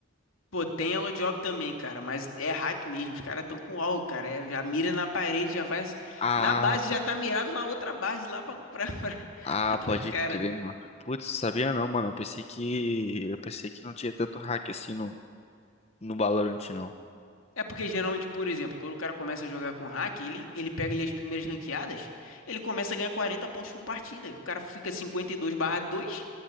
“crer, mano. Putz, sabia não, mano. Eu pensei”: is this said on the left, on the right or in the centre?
Left